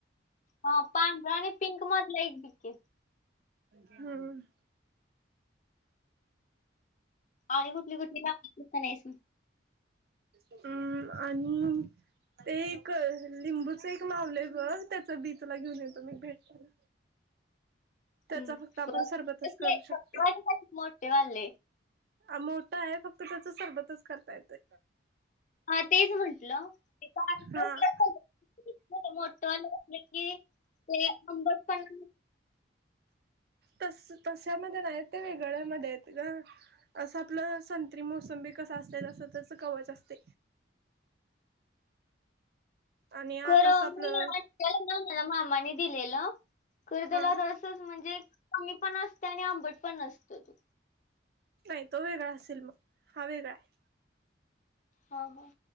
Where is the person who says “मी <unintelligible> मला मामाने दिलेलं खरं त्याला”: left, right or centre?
Left